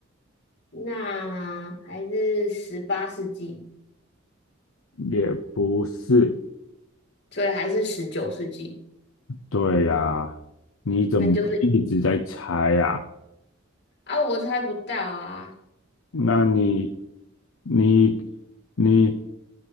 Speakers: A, on the left; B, on the left.
A: 那还是十八世纪，
B: 也不是。
A: 所以还是十九世纪。
B: 对呀，你怎么一直在猜呀？
A: 那就是啊，我猜不到啊，
B: 那你、你、你，